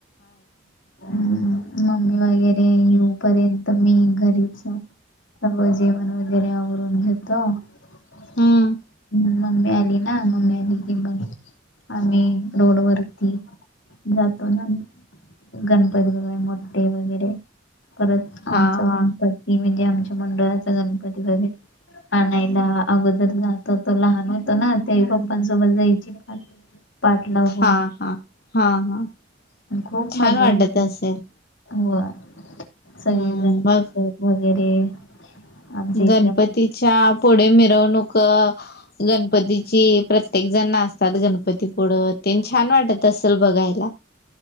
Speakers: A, on the left (about 80°); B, on the left (about 55°).
A: हम्! मम्मी वगैरे येऊ पर्यंत मी घरीच सगळ जेवण वगैरे आवरून घेतो, हम्.
B: हम्म
A: मम्मी आली ना, मम्मी आली की मग, आम्ही रोड वर जातो ना, गणपती बगाय मोठे वगैरे परत आमचा
B: हा हा
A: गणपती, म्हणजे आमच्या मंडळाचा गणपती बघल आणनायला अगोदर जात होतो ना, तेव्हा लहान होतो ना, तत्यावेळी पप्पांसोबत जायची पा <inaudible> <unintelligible> <inaudible>
B: हा, हा. हा, हा.
A: खूप
B: छान
A: मजा
B: वाटत
A: येते.
B: असेल
A: होय, सगळीजण
B: हम्म मग
A: नाटक वगैरे आमच्या इथल्या
B: गणपतीच्या पुढे मिरवणूक गणपतीची, प्रत्येक जण नाचतात गणपती पुढ, ते छान वाटत असेल बघायला.